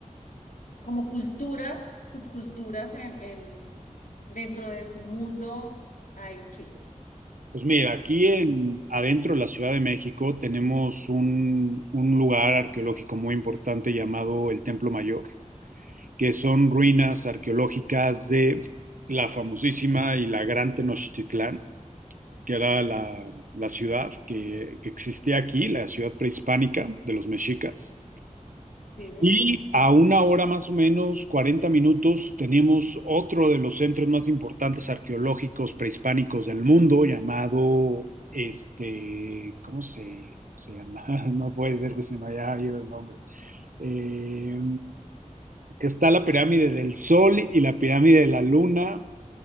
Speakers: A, on the left; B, on the right.
A: como culturas, subculturas en, en- dentro de su mundo, ahí que
B: Pues mira, aquí en,
A: hemos.
B: adentro de la Ciudad de México tenemos un, un lugar arqueológico muy importante llamado el Templo Mayor, que son ruinas arqueológicas de la famosísima y la gran Tenochtitlán, que era la, la ciudad que, que existía aquí, la ciudad prehispánica de los mexicas.
A: Sí.
B: Y a una hora más o menos, 40 minutos, tenemos otro de los centros más importantes arqueológicos prehispánicos del mundo, llamado, este, ¿cómo se, se llama? <laughs> No puede ser que se me haya ido el nombre. Eh, que está la pirámide del Sol y la pirámide de la Luna,